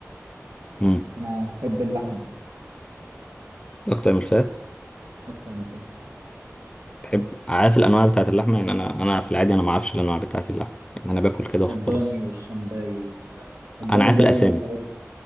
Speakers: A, on the left; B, on the right.
A: امم
B: انا احب اللحم
A: أكتر من الفراخ
B: اكتر من الفراخ
A: تحب عارف الأنواع بتاعة اللحمة يعني أنا أنا في العادي أنا ما أعرفش الأنواع بتاعة اللحمة يعني أنا باكل كده
B: الضاني
A: وخلاص
B: والشمباي وال... الضاني
A: أنا عارف
B: ده
A: الأسامي
B: الخروف